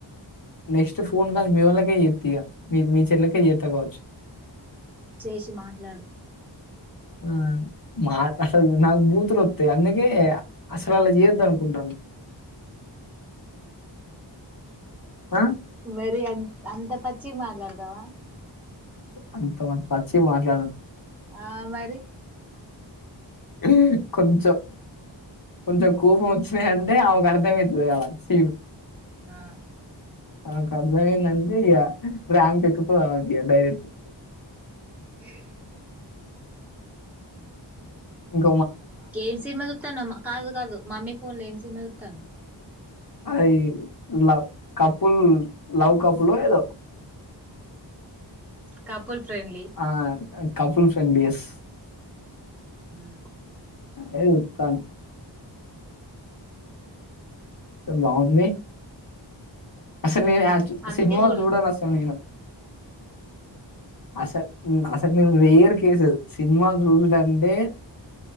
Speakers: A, on the left (about 50°); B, in the centre.
A: నెక్స్ట్ ఫోన్ కాల్ మీ వోళ్ళకే చేత్తఇగ మీ మీ చెల్లకే చేత కావచ్చు
B: చేసి మాట్లాడు
A: ఆ మా అసలు నాకు బూతులు వస్తయి అందుకే అసలు అలా చేయొద్దు అనుకుంటాన్న ఆ
B: మరి అంత అంత పచ్చి మాట్లాడతవా
A: అంత పచ్చి మాట్లాడను
B: ఆ మరి
A: ఆ కొంచెం కొంచెం కోపం వచ్చినాయంటే ఆమెకు అర్థమైతది ఆడ శీను
B: ఆహ
A: ఆ ఆమెకు అర్థమైంది అంటె ర్యాంపు ఎక్కుతది ఆమె డైరెక్ట్
B: <unintelligible>
A: ఇంక
B: ఏం సినిమా చూస్తాన్నవ్ కాదు కాదు మమ్మీ ఫోన్ల ఏం సినిమా చూస్తున్నావ్ తాన్నావు
A: అది లవ్ కపుల్ లవ్ కపులో ఏదో
B: కపుల్ ఫ్రెండ్లీ.
A: ఆ కపుల్ ఫ్రెండ్లీయస్.
B: హూ.
A: అదే చూస్తాన. బావుంది అస్. నీ యాత్
B: అందుకే
A: సినిమాలు
B: చూడు
A: చూడాను అసలు నేను. అస అసలు నేను రేర్ కేసెస్ సినిమా చూసుడంటే.